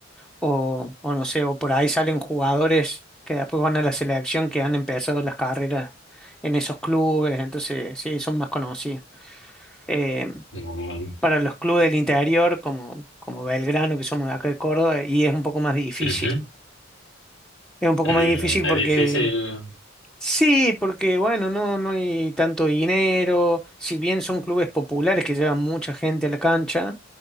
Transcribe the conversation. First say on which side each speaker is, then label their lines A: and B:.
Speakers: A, in the centre; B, on the left (about 80°).
A: o, o no sé, o por ahí salen jugadores que después van a la selección que han empezado las carreras en esos clubes, entonces sí, son más conocidos. Eh,
B: Mm,
A: para los clubes del interior, como, como Belgrano, que somos de acá de Córdoba, y es un poco más difícil.
B: ujú.
A: Es un poco
B: Mm,
A: más difícil porque
B: es difícil,
A: Sí, porque bueno, no, no hay tanto dinero, si bien son clubes populares que llevan mucha gente a la cancha,